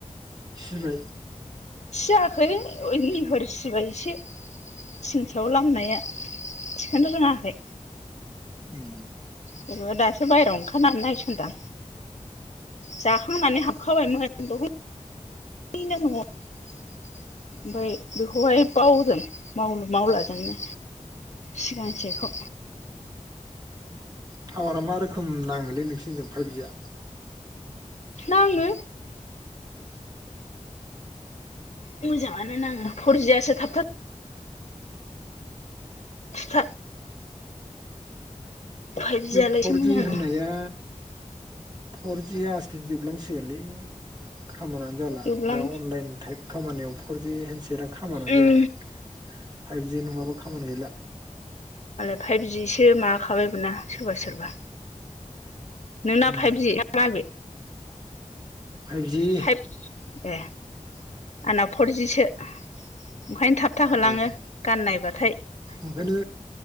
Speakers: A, on the right; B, on the left.
A: सिबाय?
B: सियाखै निहर सिबाय एसे थिं सायाव लामनाया थिखोनो रोङाखै।
A: उम
B: बेबा दासो बायह्रायाव ओंखारनानै नायसनदां जाखांनानै हाबखाबायमोन दहायनो न'आव ओमफ्राय बेखौहाय बावदों मावलु मावलाजोंनो सिगांसे खौ।
A: टावारा मा रोखोम नाङो? बे नोंसिनिजों फाइभ जिया?
B: नाङो। मोजाङानो नाङो फर जि यासो थाब थाब थुथा फाइभ
A: बे
B: जियालाय
A: फर
B: एसे मोजां
A: जि होननाया
B: नाङो
A: फर जिया आजथेनो जोबलांसिगोनलै खामानो जाला
B: जोबलां
A: दा अनलाइन टाइप खामानियाव फर जि सेटआ खामानिनो
B: उम
A: जाया फाइभ जि नङाबा खामानि गैला
B: फाइभ जिसो माबाखाबाय बो ना सोरबा सोरबा नोंना
A: उम
B: फाइभजि मा बे
A: फाइभजि
B: फाइभ आंनाव फरजिसो ओंखायनो थाब था
A: फरजि
B: होलांङो गान नायबा <unintelligible>
A: ओंखायनो